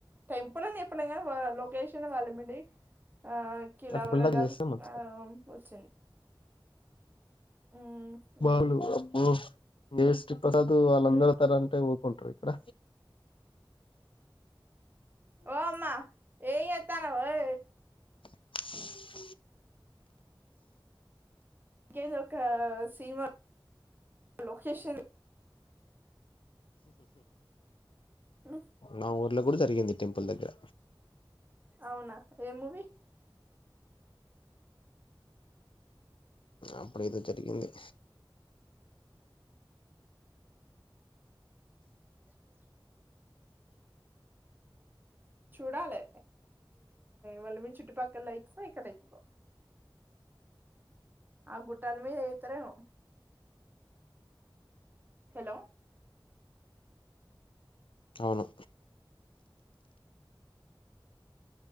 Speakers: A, on the right; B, on the left.
A: టెంపుల్ అని చెప్పుడ కానీ లొకేషన్ వాళ్ళ మండి ఆ కిలా
B: టెంపుల్
A: వరంగాల్
B: దగ్గర చేస్తే మంచిది
A: ఆ వచ్చింది హ్మ్
B: బాలు
A: మేబి
B: అబ్బ నస్ ప్రసాదు వాళ్ళందరు
A: హ్మ్
B: తర అంటే ఊకుంటారు క్కడ
A: ఓ అమ్మా ఏం చేస్తున్నావ్ ఏ
B: అ
A: ఇంకేది ఒక సినిమా లోకేషన్ హ్మ్
B: నా ఊర్లో కూడా జరిగింది టెంపుల్ దగ్గర
A: అవునా ఏ మూవి
B: అప్పుడ ఏదో జరిగింది
A: అపో చూడాలి వల్లమరు చుట్టుపక్కల అవుతుందా ఇక్కడవుతుందో ఆ గుట్టాల మీద చేత్తోరేమొ హలో
B: అవును